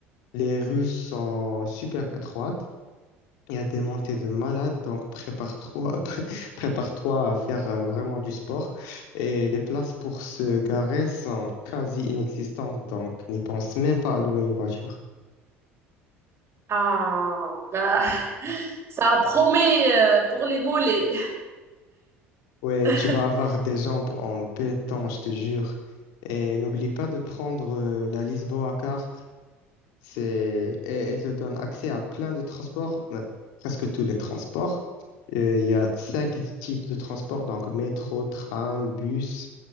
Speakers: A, on the left (about 65°); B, on the right (about 40°).
A: Les rues sont super étroites. Il y a des montées de malades, donc prépare-toi, <laughs> prépare-toi à faire euh, vraiment du sport. Et les places pour se garer sont quasi inexistantes, donc n'y pense même pas à louer une voiture.
B: Ah, bah, <laughs> ça promet euh, pour les mollets.
A: Ouais,
B: <laughs>
A: tu vas avoir des jambes en béton, je te jure. Et n'oublie pas de prendre euh, la Lisboa Card C'est, et elle te donne accès à plein de transports, euh, presque tous les transports. Euh, Il y a cinq types de transports, donc métro, tram, bus